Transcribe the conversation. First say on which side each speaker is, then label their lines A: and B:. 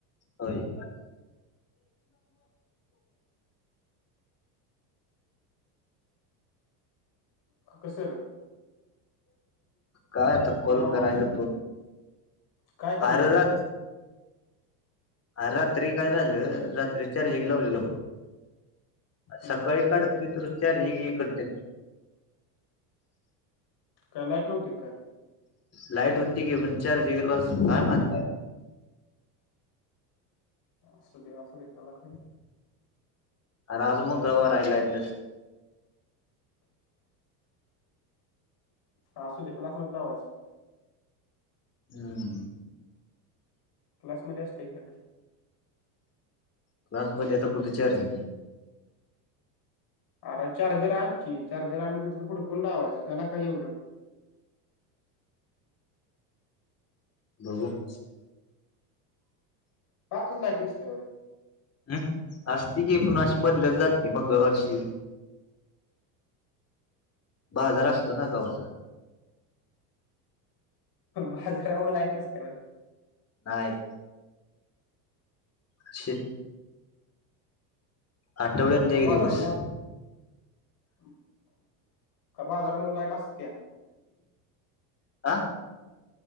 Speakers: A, on the left; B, on the left.
A: होय.
B: कस <unintelligible>
A: काय आता कॉल
B: भावा
A: करायलोतो.
B: काय करणार
A: आर
B: मग
A: रात- आर रात्री काय झालं? रात्री चारजिंग लावलेल
B: हम्म.
A: सकाळी काढत- परत चार्जिंग एकच टक्के.
B: काय लाईट नव्हती का काय?
A: लाईट होती की. पण चार्जिंग काय <unintelligible>
B: असल <unintelligible>
A: आर आज मंगळवार आहे. लाईट -
B: आसू दे. क्लासमध्ये लावायचा.
A: हम्म.
B: क्लासमध्ये असतय <unintelligible>
A: क्लासमध्ये आता कुठे चार्जिंग?
B: अर चार्जर आण कि. चार्जर आणून तिथं हुडकून लावायचं. त्याला काय एवढं?
A: बरोबर.
B: <unintelligible>
A: हम. असती की पण अशी मधनच जाते मग अशी. बाजार असतो ना गावचा?
B: बाजारामुळे लाईट नसतय व्हय?
A: नाही. कशी? आठवड्यात
B: का
A: एक
B: बाजारामुळं
A: दिवस
B: - का बाजारामुळं लाईट असतिया?
A: आ?